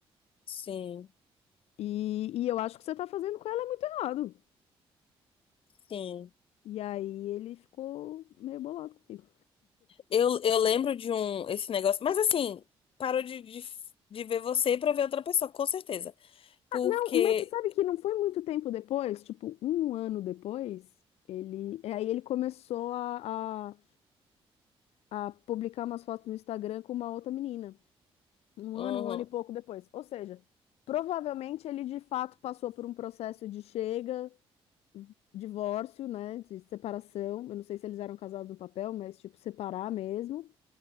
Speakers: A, on the left; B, on the left.
A: sim,
B: E, e eu acho que você tá fazendo com ela é muito errado.
A: sim.
B: E aí ele ficou meio bolado comigo.
A: Eu, eu lembro de um, esse negócio. Mas assim, parou de, de, de ver você pra ver outra pessoa, com certeza. Porque.
B: Não, mas você sabe que não foi muito tempo depois, tipo, um ano depois, ele. é, Aí ele começou a, a, a publicar umas fotos no Instagram com uma outra menina. Um
A: Uhum.
B: ano, um ano e pouco depois. Ou seja, provavelmente ele de fato passou por um processo de chega, divórcio, né? De separação. Eu não sei se eles eram casados no papel, mas tipo, separar mesmo.